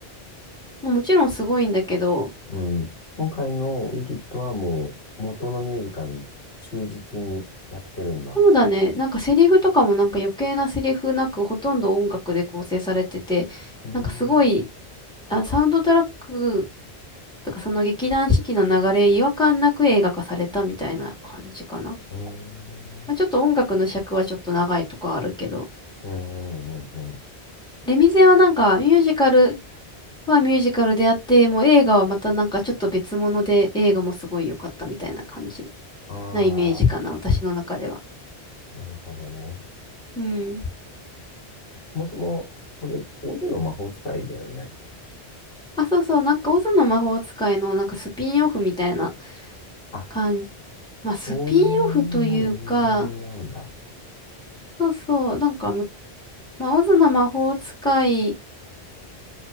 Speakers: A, in the centre; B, on the left.
A: まあもちろんすごいんだけど、
B: うん。今回のウィキッドはもう、元のミュージカルに忠実にやってるんだ。
A: そうだね。なんかセリフとかもなんか余計なセリフなくほとんど音楽で構成されてて、
B: うーん。
A: なんかすごい、あ、サウンドトラックとかその劇団四季の流れ、違和感なく映画化されたみたいな感じかな。
B: うーん。
A: まあ、ちょっと音楽の尺はちょっと長いとかあるけど、
B: うんうんうんうん。
A: レミゼはなんかミュージカルはミュージカルであって、もう映画はまたなんかちょっと別物で映画もすごい良かったみたいな感じ
B: ああ、
A: なイメージかな、私の中では。
B: なるほどね。
A: うん。
B: もしも、これ、オズの魔法使いだよね。
A: あ、そうそう、なんかオズの魔法使いのなんかスピンオフみたいな
B: あ、
A: 感じ。まあ、スピンオフというか、
B: そういう問題なんだ。
A: そうそう、なんかむ、まあ、オズの魔法使いっ